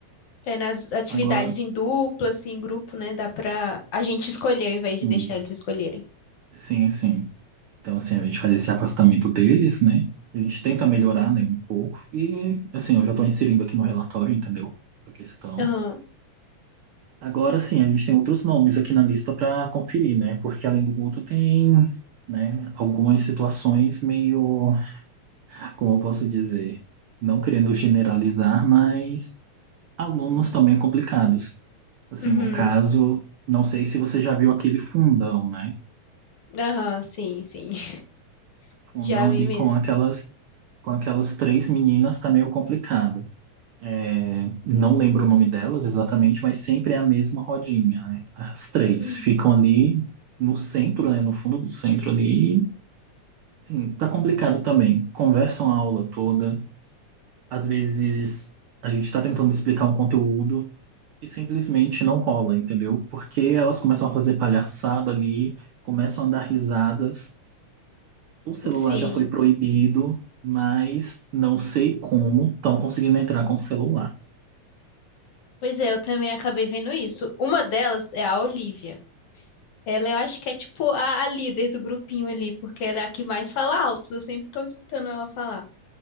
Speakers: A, on the left; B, on the right.
A: É nas atividades
B: Agora,
A: em dupla, assim, em grupo, né? Dá pra a gente escolher ao invés
B: sim,
A: de deixar eles escolherem.
B: sim, sim. Então, assim, a gente faz esse afastamento deles, né? A gente tenta
A: Uhum.
B: melhorar, né, um pouco. E, assim, eu já estou inserindo aqui no relatório, entendeu? Essa questão.
A: Aham,
B: Agora sim, a gente tem outros nomes aqui na lista para conferir, né? Porque além do Guto tem, né, algumas situações meio, como eu posso dizer, não querendo generalizar, mas alunos também complicados. Assim,
A: uhum.
B: no caso, não sei se você já viu aquele fundão, né?
A: Aham, sim, sim. <laughs>
B: Fundão
A: Já
B: ali
A: vi mesmo.
B: com aquelas com aquelas três meninas tá meio complicado. É, não lembro o nome delas exatamente, mas sempre é a mesma rodinha, né? As três
A: Hum.
B: ficam ali no centro, né? No fundo do centro ali. E, Sim, tá complicado também. Conversam a aula toda. Às vezes a gente tá tentando explicar um conteúdo e simplesmente não rola, entendeu? Porque elas começam a fazer palhaçada ali, começam a dar risadas. O celular
A: Sim.
B: já foi proibido, mas não sei como estão conseguindo entrar com o celular.
A: Pois é, eu também acabei vendo isso. Uma delas é a Olivia. Ela eu acho que é tipo a, a líder do grupinho ali, porque ela é a que mais fala alto. Eu sempre tô escutando ela falar.